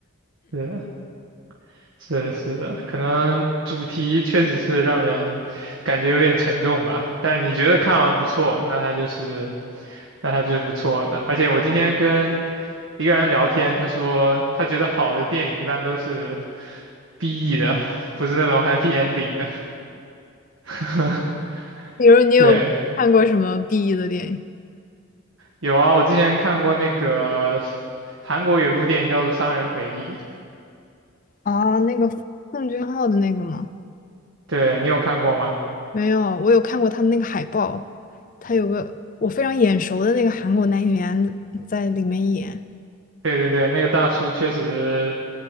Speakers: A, on the right; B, on the left.
A: 是是的，是的，可能主题确实是让人感觉有点沉重吧，但你觉得看完不错，那它就是那他就是不错的。而且我今天跟一个人聊天，他说他觉得好的电影一般都是 BE 的，<laughs> 不是那种 happy ending 的。<laughs>
B: 比如你有看过什么
A: 对，
B: BE 的电影？
A: 有啊，我之前看过那个韩国有一部电影叫做《杀人回忆》，
B: 啊？那个奉俊昊的那个吗？
A: 对你有看过吗？
B: 没有，我有看过他的那个海报，他有个我非常眼熟的那个韩国男演员在里面演。
A: 对对对，那个大叔确实